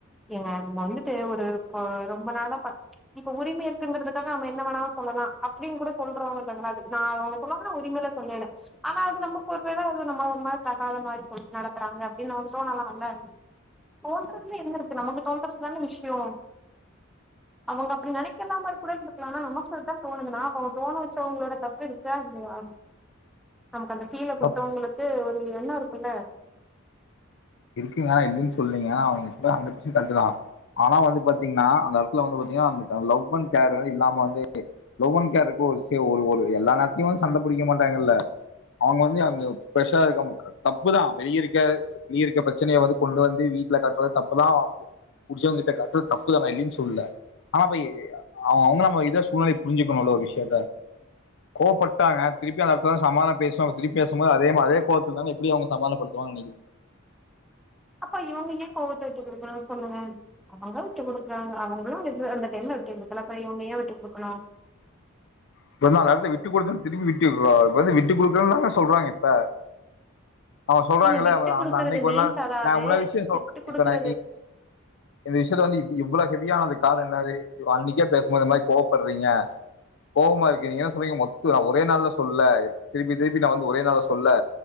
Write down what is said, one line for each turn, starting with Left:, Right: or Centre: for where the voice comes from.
Centre: ஏ நம்ம வந்துட்டு ஒரு இப்ப ரொம்ப நாள த இப்ப உரிமை இருக்குங்கிறதுக்காக நம்ம என்ன வேண சொல்லலா அப்டின்னு கூட சொல்றவங்க இருக்காங்க நா அவங்க சொல்லங்கன்னா உரிமையில சொன்னேனு ஆனா அது நமக்கு ஒரு வேல ஒரு மாரி தகாத மாரி சொல்லி நடத்துறாங்க அப்படின்னு <unintelligible> தோணலாம்ல தோன்றதுல என்ன இருக்கு நமக்கு தோன்றதுதான விஷயோ அவங்க அப்டி நினைக்கலாம கூட இருக்கலாம்ல ஆனா நம்ம அப்டி தா தோணுதுன்னா அப்ப அவங்க தோண வச்சவங்களோட தப்பு இருக்கா இல்லையா நமக்கு அந்த ஃபீல கொடுத்தவங்களுக்கு
Left: தப்
Centre: ஒரு <unintelligible> என்ன இருக்கும்ல
Left: இருக்குங்கன்னா இல்லலைன்ன சொல்லைங்க அவங்க அந்த விசய கரெக்ட் தா ஆனா வந்து பாத்தீங்கன்னா அந்த எடத்துல வந்து பாத்தீங்கன்னா அ லவ் அண்ட கேர் வந்து இல்லாம வந்து லவ் அண்ட் கேருக்கு ஒரு ஒரு எல்லா நேரத்தையு வந்து சண்ட பிடிக்க மாட்டாங்கல்ல அவங்க வந்து அங்க ப்ரஷரா இருக்க தப்புதா வெளிய இருக்க வெளில இருக்க பிரச்சனைய வந்து கொண்டு வந்து வீட்டுல காட்றத தப்புதா புடிச்சவங்க கிட்ட காட்றது தப்புதா நா இல்லன்லா சொல்லல ஆனா அப்பொ அவங்க அவங்க நம்ம இத சூழ்நிலய புரிஞ்சுக்கணும்ல ஒரு விஷயத்த கோவப்பட்டாங்க திருப்பி அந்த எடத்துல சமாதானம் பேசுவணும்ங்க திருப்பி பேசும்பொது அதே மாதிர அதே கோவத்து இருந்தாலுஎப்படி அவங்க சமாதானப்படுத்துவாங்கனு நினைக்கிறீங்க
Centre: அப்ப இவங்க ஏ கோவத்த விட்டு கொடுக்கணும்னு சொல்லுங்க அவங்க விட்டு குடுக்குறாங்க அவங்களு அது அந்த டைம்ல விட்டு கொடுக்கல அப்ப இவங்க ஏ விட்டு குடுக்கணு
Left: இப்ப நாலு எடத்துல விட்டு கொடுத்துன்னு திரும்பி விட்டு கொடுக்கற இப்ப வந்து விட்டு குடுக்குறுாங்க சொல்றாங்க இப்ப அவ சொல்றாங்கல
Centre: நீங்க விட்டு குடுக்குறது
Left: அந்த அன்னைக்கு ஒரு
Centre: மீன்ஸ்
Left: நாள்
Centre: அதாவது
Left: நா உன்ன விஷய சொல்றே
Centre: விட்டு குடுக்குறது
Left: இப்ப நா இந்த விஷயத்த வந்து இவ்ளா கே அதுக்கு காரணம் என்னது இ அன்னைக்கே பேசும்போது இதுமாதிரி கோவப்படுறீங்க கோபமா இருக்கு நீங்க என்ன சொல்றீங்க மொத்து நா ஒரே நாள்ல சொல்ல திருப்பி திருப்பி நா வந்து ஒரே நாள் சொல்லல